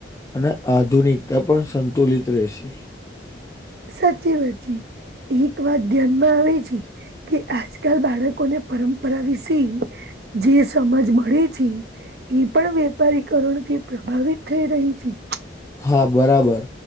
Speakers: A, on the left; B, on the right.
A: અને આધુનિકતા પણ સંતુલિત રહેશે
B: સાચી વાતચી એક વાત ધ્યાનમાં આવે છે. કે આજકાલ બાળકોને પરંપરા વિશે જે સમજ મળે છે. એ પણ વેપારીકરણ થી પ્રભાવિત થઈ રહી હતી.
A: હા બરાબર